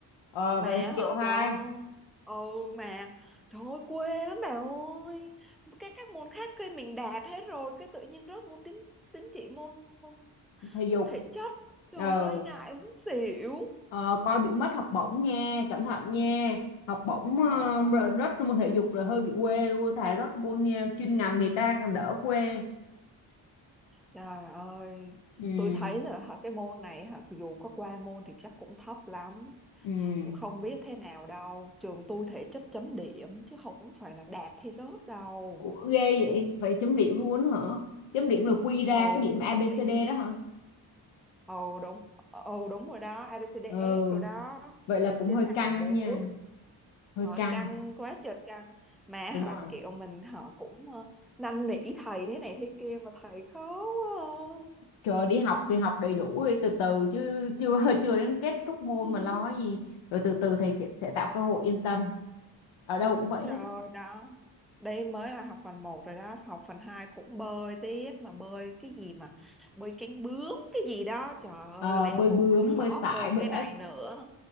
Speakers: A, on the left; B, in the centre.
A: ờ,
B: mà
A: vậy thì triệu
B: họ
A: hai
B: trời ơi ừ mà trời ơi quê lắm bà ơi các các môn khác kia mình đạt hết rồi cái tự nhiên rớt môn tín tín chỉ môn, môn
A: thể dục
B: thể chất trời
A: ờ
B: ơi ngại muốn xỉu
A: Ờ, coi bị mất học bổng nha cẩn thận nha học bổng ờ,
B: trời ơi
A: rồi rớt môn thể dục rồi hơi bị quê luôn thà rớt môn ờ, chuyên ngành thì ta còn đỡ quê
B: trời ơi
A: ừ
B: tôi thấy là hả, cái môn này hả, dù có qua môn thì chắc cũng thấp lắm
A: ừ
B: Cũng không biết thế nào đâu trường tôi thể chất chấm điểm chứ không phải là đạt hay rớt đâu
A: Ủa, ghê vậy vậy chấm điểm luôn đó hả chấm điểm là quy ra
B: ồ
A: cái điểm A ABCD
B: chấm điểm
A: đó hả
B: ồ đúng ồ đúng rồi đó A ABCDF
A: ừ
B: rồi đó
A: vậy là cũng
B: trên
A: hơi
B: thang
A: căng
B: điểm
A: đó
B: bốn
A: nha hơi
B: rồi
A: căng
B: căng quá trời căng mà
A: đúng
B: họ
A: rồi
B: kiểu mình họ cũng ờ, năn nỉ thầy thế này thế kia mà thầy khó quá
A: trời đi học thì học đầy đủ đi, từ từ chứ chưa <laughs> chưa đến kết thúc môn
B: à.
A: mà lo cái gì rồi từ từ thầy chị sẽ tạo cơ hội yên tâm ở đâu cũng vậy
B: Trời
A: hết
B: ơi đó Đây mới là học phần một rồi đó Học phần 2 cũng bơi tiếp Mà bơi cái gì mà Bơi cánh bướm cái gì đó Trời ơi
A: Ờ,
B: level
A: bơi bướm
B: còn
A: bơi
B: khó
A: sải
B: hơn
A: bơi
B: cái
A: ếch
B: này nữa